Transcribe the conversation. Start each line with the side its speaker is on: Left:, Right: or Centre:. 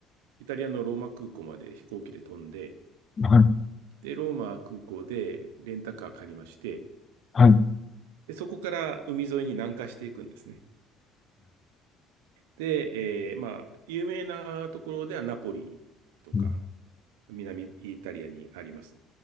Right: イタリアのローマ空港まで飛行機で飛んで、
Left: はい。
Right: で、ローマ空港でレンタカー借りまして、
Left: はい。
Right: で、そこから海沿いに南下していくんですね。で、えーまあ、有名なところではナポリとか、
Left: うん
Right: 南イタリアにあります。